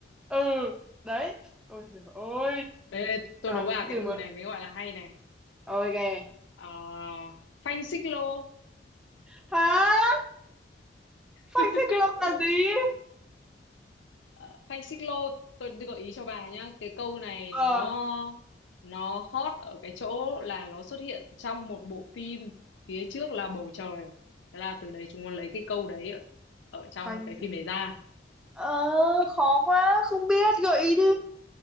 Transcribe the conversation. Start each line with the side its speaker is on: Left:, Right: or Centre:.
Centre: ừ đấy ôi giời ơi
Left: đấy tôi
Centre: toàn
Left: đố bà
Centre: những
Left: cái
Centre: từ mà
Left: từ này mới gọi là hay này
Centre: ôi kìa
Left: Ờ, phanh xích lô
Centre: hả phanh
Left: <laughs>
Centre: xích lô là gì
Left: Ờ, phanh xích lô tôi gợi ý cho bà nhá cái câu này
Centre: ờ
Left: nó nó hot ở cái chỗ là nó xuất hiện trong một bộ phim phía trước là bầu trời thế là từ đấy chúng nó lấy cái câu đấy ở, ở trong
Centre: phanh
Left: cái
Centre: dự-
Left: phim đấy ra
Centre: ờ khó quá không biết gợi ý đi